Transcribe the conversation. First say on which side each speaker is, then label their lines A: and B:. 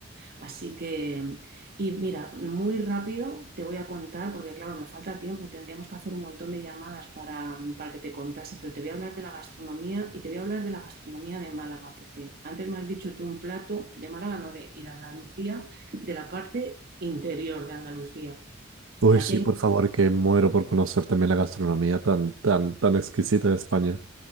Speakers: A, on the right; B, on the right.
A: Así que, y mira, muy rápido te voy a contar, porque claro, me falta tiempo, tendríamos que hacer un montón de llamadas para, para que te contase, pero te voy a hablar de la gastronomía y te voy a hablar de la gastronomía de Málaga, porque antes me has dicho tú un plato de Málaga, no de, y de Andalucía, de la parte interior de Andalucía.
B: Uy,
A: Aquí
B: sí,
A: hay
B: por favor, que muero por conocer también la gastronomía tan, tan, tan exquisita de España.